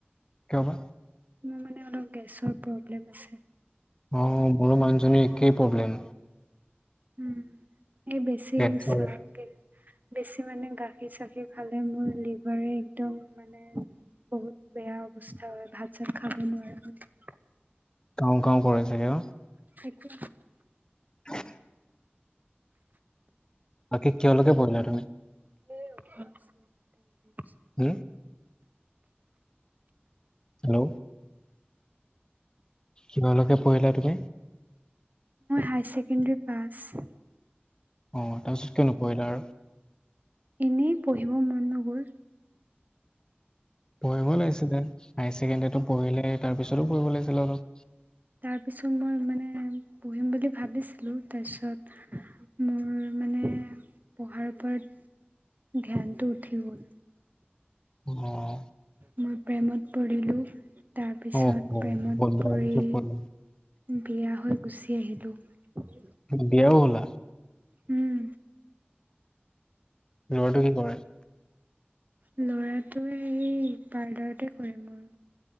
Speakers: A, on the left; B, on the right.
A: কিয় বা?
B: মোৰ মানে অলপ গেছৰ প্ৰব্লেম আছে।
A: অ মোৰো মানুহজনীৰ একেই প্ৰব্লেম।
B: উম, এই বেছি
A: গেছৰে
B: চাহ বেছি মানে গাখীৰ চাখীৰ খালে মোৰ লিভাৰে একদম মা মানে বহুত বেয়া অৱস্থা হয় ভাত চাত খাব নোৱাৰা হয় যাওঁ।
A: কাঁও কাঁও কৰে চাগে ন'?
B: তাকে।
A: <unintelligible> বাকী কিহৰ লৈকে পঢ়িলা তুমি?
B: <unintelligible>
A: হোম? হেল্ল' কিহৰ লৈকে পঢ়িলা তুমি?
B: মই হাই ছেকেণ্ডেৰী পাছ।
A: অ তাৰপিছত কিয় নপঢ়িলা আৰু?
B: এনেই পঢ়িব মন নগ'ল।
A: পঢ়িব লাগিছিলে। হাই ছেকেণ্ডেৰীটো পঢ়িলাই তাৰপিছতো পঢ়িব লাগিছিলে অলপ।
B: তাৰপিছত মই মানে পঢ়িম বুলি ভাবিছিলোঁ তাৰপিছত মোৰ মানে পঢ়াৰ ওপৰত ধ্যানটো উঠি গ'ল।
A: অহ।
B: মই প্ৰেমত পৰিলোঁ। তাৰপিছত
A: অ বহুত
B: প্ৰেমত
A: বেয়া
B: পৰি
A: হোৱাৰ পিছত পৰিল
B: বিয়া হৈ গুছি আহিলোঁ।
A: বিয়াও হ'লা।
B: উম।
A: লৰাটো কি কৰে?
B: ল'ৰাটোৱে এই পাৰ্লাৰতে কৰে মোৰ।